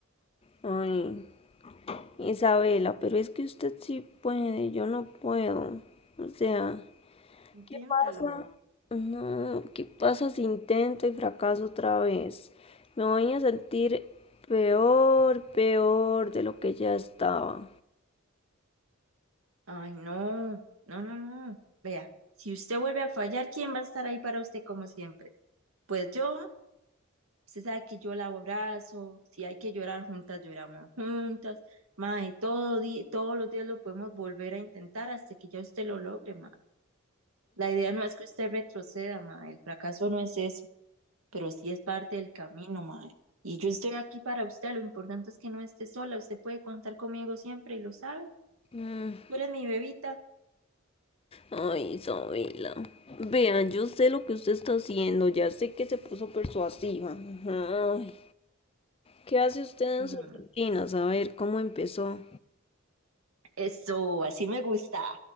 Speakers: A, on the left; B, on the right.
A: Ay, Isabela, pero es que usted sí puede, yo no puedo. O sea,
B: Inténtalo.
A: ¿qué pasa? No, ¿qué pasa si intento y fracaso otra vez? Me voy a sentir peor, peor de lo que ya estaba.
B: Ay, no, no, no, no. Vea, si usted vuelve a fallar, ¿quién va a estar ahí para usted como siempre? Pues yo, Usted sabe que yo la abrazo, si hay que llorar juntas, lloramos juntas, mae, todo di- todos los días lo podemos volver a intentar hasta que ya usted lo logre, mae. La idea no es que usted retroceda, mae, el fracaso no es eso, pero sí es parte del camino, mae. Y yo estoy aquí para usted, lo importante es que no esté sola, usted puede contar conmigo siempre y lo sabe.
A: Mm,
B: Tú eres mi bebita.
A: Ay, Isabela. Vean, yo sé lo que usted está haciendo, ya sé que se puso persuasiva. Ay, ¿qué hace usted
B: Mm,
A: en su rutina? A ver, ¿cómo empezó?
B: eso, así me gusta,